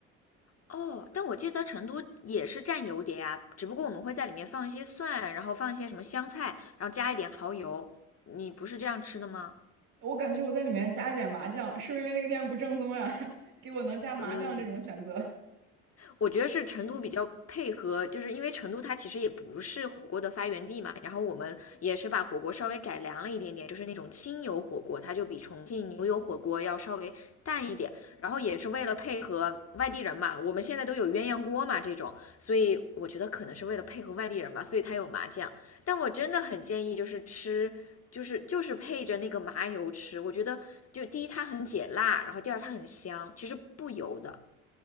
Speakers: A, on the left; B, on the right.
A: 哦，但我记得成都也是蘸油碟啊，只不过我们会在里面放一些蒜，然后放一些什么香菜，然后加一点蚝油。你不是这样吃的吗？
B: 我感觉我在里面加一点麻酱，是不是因为那个店不正宗呀？<laughs> 给我能加麻酱这种选择。
A: 嗯，我觉得是成都比较配合，就是因为成都它其实也不是火锅的发源地嘛，然后我们也是把火锅稍微改良了一点点，就是那种清油火锅，它就比重庆牛油火锅要稍微淡一点，然后也是为了配合外地人嘛，我们现在都有鸳鸯锅嘛这种，所以我觉得可能是为了配合外地人吧，所以它有麻酱，但我真的很建议就是吃。就是就是配着那个麻油吃，我觉得就第一它很解辣，然后第二它很香，其实不油的。